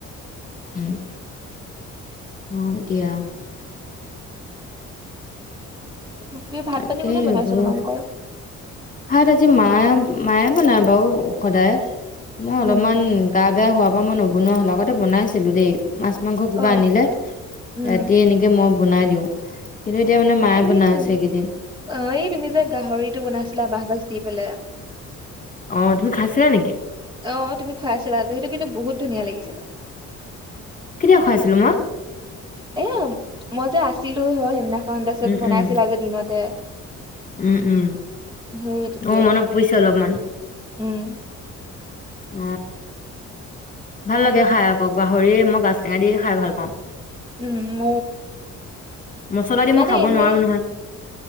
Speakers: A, on the left; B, on the right.
A: উম অহ এতিয়া
B: বাকি ভাত
A: তাকে
B: পানী কোনে বনাইছে
A: বোলো
B: তোমালোকৰ?
A: ভাত আজি মায়ে মায়ে বনাই বাৰু সদায়। মই
B: উম
A: অলপমান গা বেয়া হোৱা অহ মই নবনোৱা হ'লো আগতে বনাইছিলো দেই। মাছ মাংস কিবা
B: অ
A: আনিলে
B: উম
A: ৰাতি এনেকে মই বনাই দিওঁ কিন্তু এতিয়া মানে মায়ে
B: এই
A: বনাই আছে এইকেইদিন
B: অহ এই তুমি যে গাহৰিতটো বনাইছিলা বাহগাজ দিপেলাই।
A: অহ তুমি খাইছিলা নেকি।
B: অহ তুমি খুৱাইছিলা যে সেইটো কিন্তু বহুত ধুনীয়া লাগিছিলে।
A: কেতিয়া খুৱাইছিলো মই।
B: এই মই যে আছিলো হয় সেইদিনা ত তাৰপাছত
A: উম
B: বনাইছিলা
A: উম
B: যে দিনতে।
A: উম উম
B: সেই তেতিয়া
A: অ মনত পৰিছে অলপমান
B: উম
A: অ ভাল লাগে খাই আকৌ গাহৰিয়ে মই গাছ টেঙা দি খাই ভাল পাওঁ।
B: উম ম
A: মছলা দি
B: মানে
A: মই খাব
B: এনে
A: নোৱাৰো নহয়